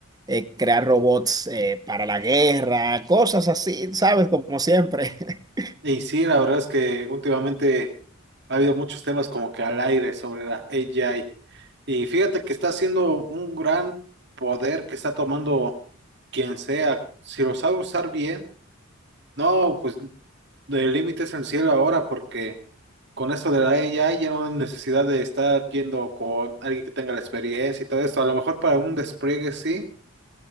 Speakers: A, on the right; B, on the right.
A: eh, crear robots eh, para la guerra, cosas así, ¿sabes? Como siempre. <laughs>
B: Y sí, la verdad es que últimamente ha habido muchos temas como que al aire sobre la AI. Y fíjate que está haciendo un gran poder que está tomando quien sea. Si lo sabe usar bien, no, pues de límites al cielo ahora porque con esto de la AI ya no hay necesidad de estar yendo con alguien que tenga la experiencia y todo esto. A lo mejor para un despliegue sí,